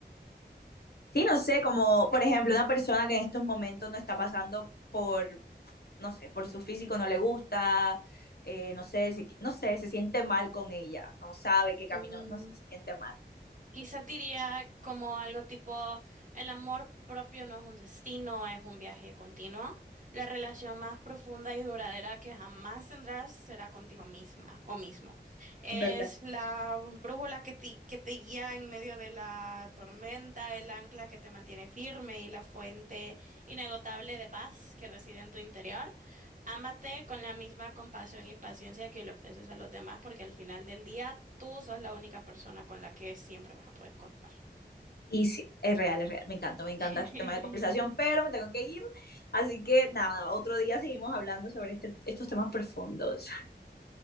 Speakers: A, on the left; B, on the right.
A: Sí, no sé, como por ejemplo una persona que en estos momentos no está pasando por, no sé, por su físico no le gusta, eh, no sé, se, no sé, se siente mal con ella, no sabe qué camino,
B: Mm,
A: no sé, se siente mal.
B: Quizás diría como algo tipo, el amor propio no es un destino, es un viaje continuo. La relación más profunda y duradera que jamás tendrás será contigo misma o mismo. Es
A: Es verdad.
B: la brújula que te, que te guía en medio de la tormenta, el ancla que te mantiene firme y la fuente inagotable de paz que reside en tu interior. Ámate con la misma compasión y paciencia que le ofreces a los demás, porque al final del día tú sos la única persona con la que siempre vas a poder contar.
A: Y sí, es real, es real, me encanta, me encanta
B: <laughs>
A: este tema de conversación, pero me tengo que ir, así que nada, otro día seguimos hablando sobre este, estos temas profundos.